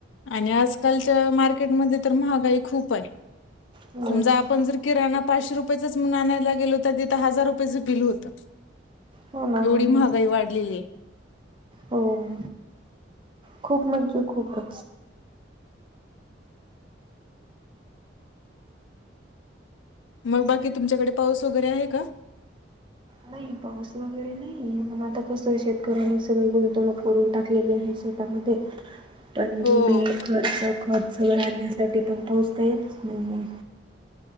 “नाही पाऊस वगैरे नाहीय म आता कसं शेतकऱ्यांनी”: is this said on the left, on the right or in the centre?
Right